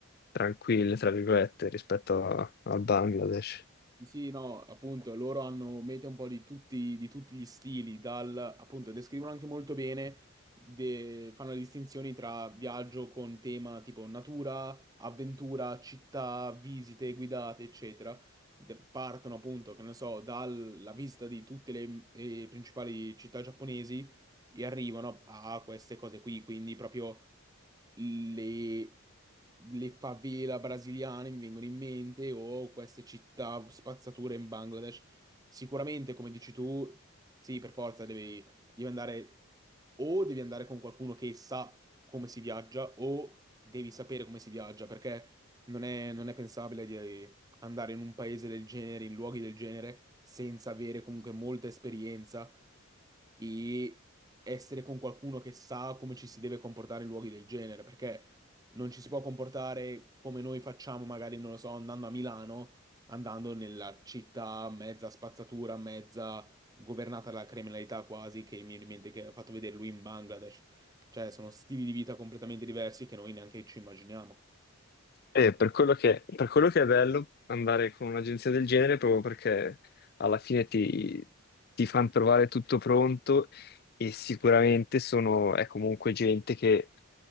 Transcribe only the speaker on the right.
Sì, no, appunto, loro hanno mete un po' di tutti, di tutti gli stili, dal, appunto, descrivono anche molto bene, de- fanno le distinzioni tra viaggio con tema tipo natura, avventura, città, visite guidate, eccetera. De- partono appunto, che ne so, dalla visita di tutte le eh, principali città giapponesi e arrivano a queste cose qui, quindi proprio le, le favela brasiliane mi vengono in mente o queste città spazzature in Bangladesh. Sicuramente, come dici tu, sì, per forza devi, devi andare o devi andare con qualcuno che sa come si viaggia o devi sapere come si viaggia perché non è, non è pensabile di andare in un paese del genere, in luoghi del genere, senza avere comunque molta esperienza e essere con qualcuno che sa come ci si deve comportare in luoghi del genere, perché non ci si può comportare come noi facciamo, magari, non lo so, andando a Milano, andando nella città mezza spazzatura, mezza governata dalla criminalità quasi, che mi viene in mente che ha fatto vedere lui in Bangladesh. Cioè, sono stili di vita completamente diversi che noi neanche ci immaginiamo.